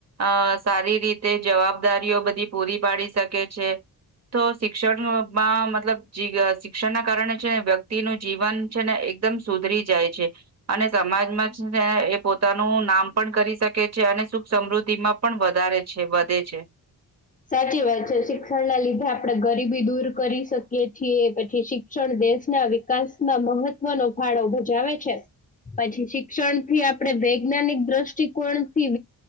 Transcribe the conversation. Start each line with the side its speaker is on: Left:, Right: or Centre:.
Right: અ સારી રીતે જવાબ જવાબદારીઓ બધી પૂરી પાડી શકે છે, તો શિક્ષણમાં મતલબ શિક્ષણના કારણે છે, ને વ્યક્તિનું જીવન છે, ને એકમ સુધરી જાય છે, અને સમાજમાં એ પોતાનું નામ પણ કરી શકે છે અને સુખ સમૃદ્ધિ માં પણ વધારે છે, વધે છે
Left: સાચી વાત છે, શિક્ષણ ના લીધે આપણેે ગરીબી દૂર કરી શકીએ છીએ પછી શિક્ષણ દેશના વિકાસમાં મહત્વનો ફાળો ભજાવે છે, પછી શિક્ષણ થી આપણેે વૈજ્ઞાનિક દ્રષ્ટિકોણથી